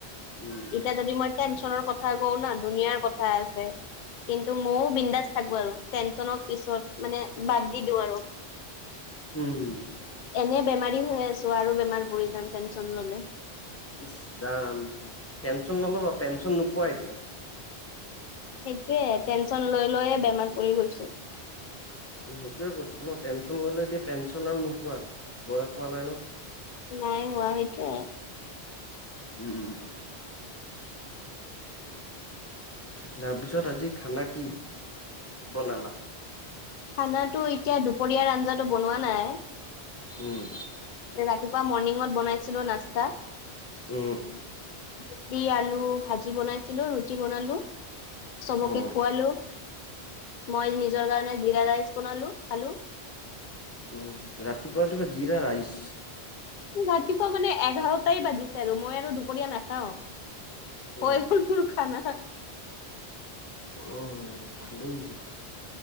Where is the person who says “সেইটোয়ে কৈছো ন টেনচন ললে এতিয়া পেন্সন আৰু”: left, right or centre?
Left